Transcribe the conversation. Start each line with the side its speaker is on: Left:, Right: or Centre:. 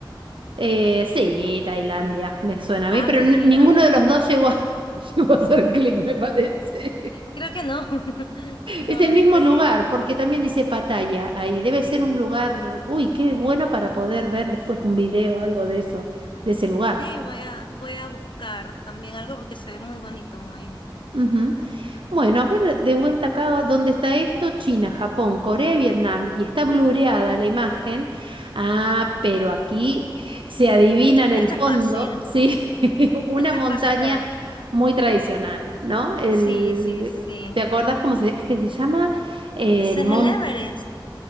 Right: eh, sí, Tailandia me suena a
Left: Ah,
Right: mí, pero
Left: pues
Right: n-
Left: mira,
Right: ninguno de los dos llegó a, <laughs> llegó a hacer clic, me parece.
Left: creo que no. <laughs> No,
Right: Es el mismo
Left: este
Right: lugar,
Left: sí.
Right: porque también dice Pattaya ahí. Debe ser un lugar, uy, qué bueno para poder ver después un video o algo de eso, de ese lugar.
Left: Sí, voy a, voy a buscar también algo porque se ve muy bonito, muy...
Right: Ujú. Bueno, a ver, de vuelta acá, ¿dónde está esto? China, Japón, Corea y Vietnam. Y está blureada la imagen. Ah, pero aquí se adivina en el
Left: Este
Right: fondo,
Left: es fácil,
Right: sí, <laughs> una
Left: este
Right: montaña
Left: es fácil para mí.
Right: muy tradicional, ¿no? El,
Left: Sí, sí, sí.
Right: ¿te acordás cómo se, es que se llama? El
Left: Ese es
Right: monte
Left: el Everest.